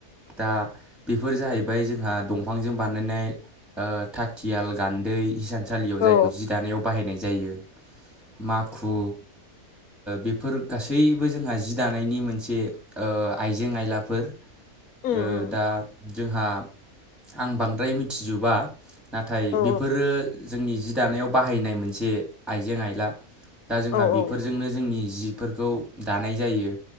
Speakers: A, in the centre; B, on the left (about 75°).
A: दा बे बेफोर जाहैबाय जोंहा दंफांजों बानायनाय ओ‌थाथियाल गान्दै इसानसालियाव
B: औ
A: जायखौ जि दानायाव बाहायनाय जायो माखु बेफोर गासैबो जोंहा जि दानायनि मोनसे ओ‌‌ आइजें आयलाफोर‌ ओ
B: उम उम
A: दा जोंहा आं बांद्राय मिथिजोबा नाथाय
B: औ
A: बेफोरो जोंनि जि दानायाव बाहायनाय मोनसे आइजें आइला दा जोंहा
B: औ
A: बेफोरजोंनो
B: औ
A: जोंनि जि फोरखौ दानाय जायो